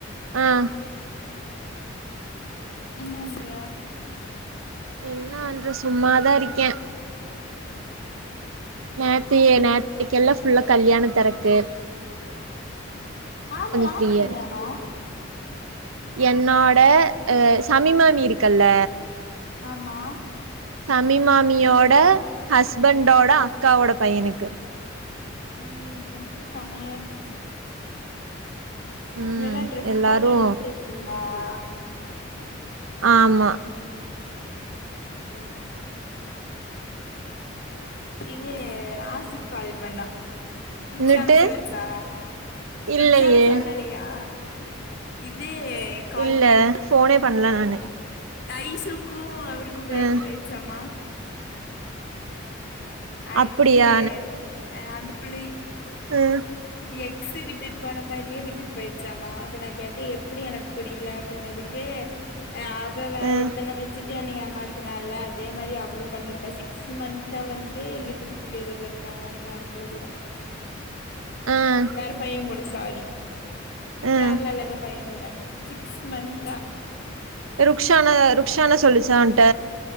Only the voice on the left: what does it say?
என்னன்ற
ஆமா யாருக்கல்யாணம்
ஆமா
உம் டிரஸ் செமமையா இருந்துச்சு
எல்லா டிரரெஸ்
கோட் எடுத்து தைச்சீங்களா ஆ
ஓ இது ராசி கால் பண்ணா ருக்ச்க்ஷான
சொல்லிச்சா
ருக்ச்க்ஷான சொல்லலையா இது கால்
ஐஸ்ஷுக்கு க்கு அவருக்கு பிரேக்கப்பாயிடுச்சாமா
ஆயிட்டே
அஹ அந்த பிலி
எக்ஸ விட்டு போன மாரியே விட்டுக்கு போயிட்டு மா அப்ப நான் கேட்டேன் எப்படி எனக்கு புரியல அப்படிடனதுக்குஹ் அவ வேற
ஒருத்தனை வச்சுட்டு என் ஏமாத்தினால அதே மாரி அவ்ளவு பண்ணிட்ட சிக்ஸ் மந்த்தா வந்து லிவிங் டுகெதர்ல இருக்காங்களாம வேற புள்ள கூட
வேற பையன் கூட சே சாரி
கேரளல்ல ஏதோ பையங்கூட சிக்ஸ் மத்தா